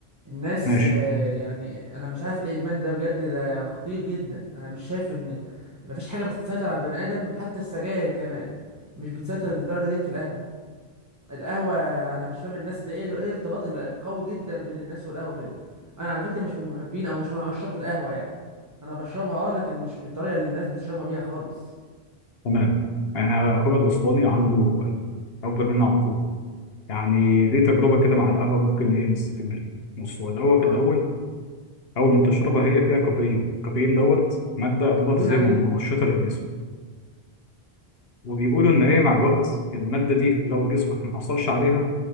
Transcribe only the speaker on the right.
الناس
آه، يعني انا مش عارف إيه الادمان ده بجد ده خطير جدا انا مش شايف ان مفيش حاجه بتسيطر على البني ادم حتى السجاير كمان مش بتسيطر للدرجه ديت في القهوه القهوه انا مش فاهم الناس ده ايه ايه الارتباط القوي جدا بين الناس والقهوه كده انا على فكره مش من محبين او مش من عشاق القهوه يعني انا بشربها اه لكن مش بالطريقه اللي الناس بتشربها بيها خالص
اه
كافيين
عالي
جدا